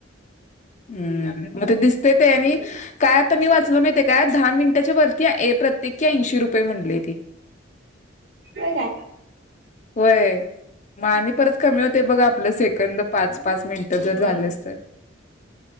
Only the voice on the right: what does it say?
होय काय?
<unintelligible>